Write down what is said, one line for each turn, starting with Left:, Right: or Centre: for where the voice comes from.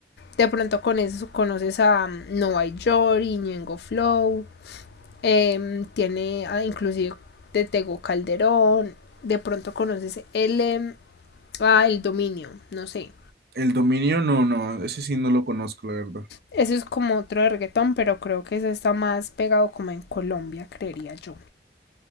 Left: de pronto con eso conoces a Nova Yori, Ñengo Flow, eh, tiene a, inclusive de Tego Calderón, de pronto conoces el, em, ah, el dominio, no sé,
Right: El dominio, no, no, ese sí no lo conozco, la verdad.
Left: Eso es como otro de reggaetón, pero creo que eso está más pegado como en Colombia, creería yo.